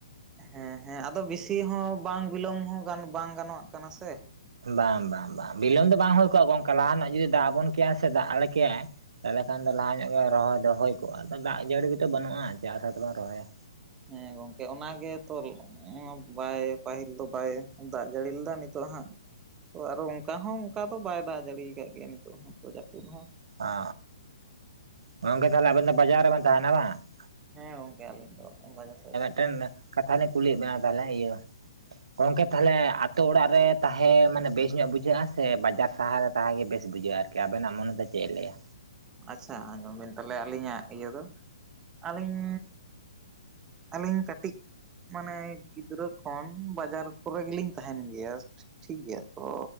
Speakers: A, on the right (about 20°); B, on the right (about 70°).
A: ᱦᱮᱸ ᱦᱮᱸ ᱟᱫᱚ ᱵᱮᱥᱤ ᱦᱚᱸ ᱵᱟᱝ ᱵᱤᱞᱚᱢ ᱦᱚᱸ ᱜᱟᱱ ᱵᱟᱝ ᱜᱟᱱᱚᱜ ᱠᱟᱱᱟ ᱥᱮ᱾
B: ᱵᱟᱝ ᱵᱟᱝ ᱵᱟᱝ ᱵᱤᱞᱚᱢ ᱫᱚ ᱵᱟᱝ ᱦᱩᱭ ᱠᱚᱜ-ᱟ ᱜᱚᱝᱠᱟ ᱞᱟᱦᱟᱱᱟᱜ ᱡᱩᱫᱤ ᱫᱟᱜ ᱟᱵᱚᱱ ᱠᱮᱭᱟ ᱥᱮ ᱫᱟᱜ ᱟᱞᱮ ᱠᱮᱭᱟᱭ ᱛᱟᱦᱚᱞᱮ ᱠᱷᱟᱱ ᱫᱚ ᱞᱟᱦᱟ ᱧᱚᱜ ᱜᱮ ᱨᱚᱦᱚᱭ ᱫᱚ ᱦᱩᱭ ᱠᱚᱜᱼᱟ᱾ ᱫᱟᱜ ᱡᱟᱹᱲᱤ ᱠᱚᱫᱚ ᱵᱟᱹᱱᱩᱜᱼᱟ, ᱪᱮᱫ ᱟᱥᱟ ᱛᱮᱵᱚᱱ ᱨᱚᱦᱚᱭᱟ᱾
A: ᱦᱮᱸ ᱜᱚᱝᱠᱮ ᱚᱱᱟᱜ ᱛᱚ᱾ ᱵᱟᱭ ᱯᱟᱹᱦᱤᱞ ᱫᱚ ᱵᱟᱭ ᱫᱟᱜ ᱡᱟᱹᱲᱤ ᱞᱮᱫᱟ᱾ ᱱᱤᱛᱚᱜ ᱦᱟᱸᱜ ᱛᱚ ᱟᱨᱚ ᱚᱱᱠᱟ ᱦᱚᱸ ᱚᱱᱠᱟ ᱫᱚ ᱵᱟᱭ ᱫᱟᱜ ᱡᱟᱲᱤᱭᱟᱠᱟᱫ ᱜᱮᱭᱟ ᱱᱤᱛᱚᱜ ᱦᱚᱸ, ᱛᱚ ᱡᱟᱹᱯᱩᱫ ᱦᱚᱸ᱾
B: ᱚ ᱚ ᱾ᱜᱚᱝᱠᱮ ᱛᱟᱦᱚᱞᱮ ᱟᱵᱮᱱ ᱫᱚ ᱵᱟᱡᱟᱨ ᱨᱮ ᱵᱮᱱ ᱛᱟᱦᱮᱱᱟ ᱵᱟᱝ ᱾
A: ᱦᱮᱸ ᱜᱚᱝᱠᱮ, ᱟᱹᱞᱤᱧ ᱫᱚ ᱵᱟᱡᱟᱨ ᱥᱮᱫ ᱨᱮ᱾
B: ᱢᱤᱫᱴᱮᱱ ᱠᱟᱛᱷᱟ ᱞᱤᱧ ᱠᱩᱞᱤᱭᱮᱫ ᱵᱮᱱᱟ, ᱛᱟᱦᱚᱞᱮ ᱤᱭᱟᱹ ᱜᱚᱝᱠᱮ ᱛᱟᱦᱚᱞᱮ ᱟᱛᱳ ᱚᱲᱟᱜ ᱨᱮ ᱛᱟᱦᱮᱸ ᱢᱟᱱᱮ ᱵᱮᱥ ᱧᱚᱜ ᱵᱩᱡᱷᱟᱹᱜᱼᱟ, ᱥᱮ ᱵᱟᱡᱟᱨ ᱥᱟᱦᱟᱨ? ᱛᱟᱦᱮᱜᱮ ᱵᱮᱥ ᱵᱩᱡᱷᱟᱹᱜᱼᱟ ᱟᱨᱠᱤ, ᱟᱵᱮᱱᱟᱜ ᱢᱚᱱᱮ ᱫᱚ ᱪᱮᱫ ᱮ ᱞᱟᱹᱭᱟ?
A: ᱟᱪᱪᱷᱟ ᱟᱸᱡᱚᱢ ᱵᱤᱱ ᱛᱟᱦᱚᱞᱮ ᱟᱹᱞᱤᱧᱟᱜ ᱤᱭᱟᱹ ᱫᱚ, ᱟᱹᱞᱤᱧ ᱟᱹᱞᱤᱧ ᱠᱟᱹᱴᱤᱡ ᱢᱟᱱᱮ ᱜᱤᱫᱽᱨᱟᱹ ᱠᱷᱚᱱ, ᱵᱟᱡᱟᱨ ᱠᱚᱨᱮ ᱜᱮᱞᱤᱧ ᱛᱟᱦᱮᱱ ᱜᱮᱭᱟ᱾ ᱴᱷᱤᱠ ᱜᱮᱭᱟ ᱛᱚ᱾